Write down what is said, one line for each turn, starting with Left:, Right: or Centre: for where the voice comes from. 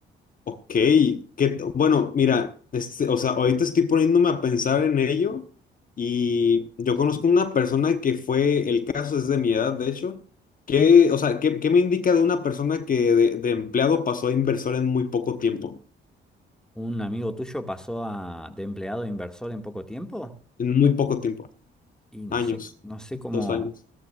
Left: Ok, que, t- bueno, mira, este, o sea, ahorita estoy poniéndome a pensar en ello y yo conozco una persona que fue, el caso es de mi edad, de hecho, que, o sea, ¿qué, qué me indica de una persona que de, de empleado pasó a inversor en muy poco tiempo?
Centre: un amigo tuyo pasó a, de empleado a inversor en poco tiempo
Left: En muy poco tiempo,
Centre: y no
Left: años,
Centre: sé, no sé cómo,
Left: dos años,